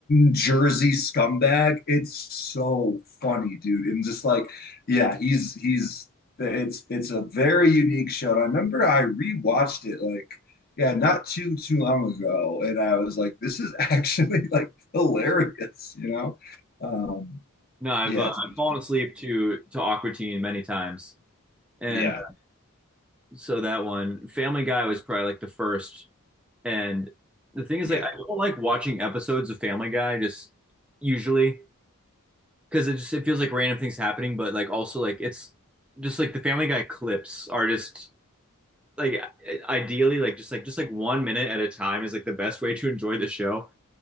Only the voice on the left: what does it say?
Jersey scumbag. It's so funny, dude. And just like, yeah, he's he's it's it's a very unique show. And I remember I rewatched it like yeah, not too too long ago, and I was like, "This is actually <laughs> like hilarious," you know? Um,
yeah,
it's an
interesting
show.
Yeah,
yeah,